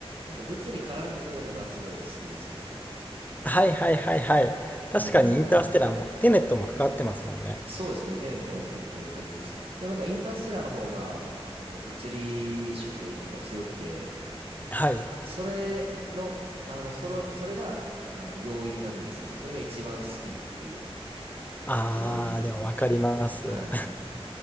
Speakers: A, on the right (about 65°); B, on the left (about 15°).
A: なんか物理絡んでくるのがすごい好きでしたね。
B: はいはいはいはい。確かにインターステラーも、
A: うん。
B: テネットも関わってますもんね。
A: そうですね。テネットも結構入ってるし。でもなんかインターステラーの方が、なんか物理色が強くて、
B: はい。
A: それの、あの、それ、それが、あの、要因なんですけど、それが一番好きっていう
B: あー、
A: 要因ですね。
B: でもわかります。
A: はい。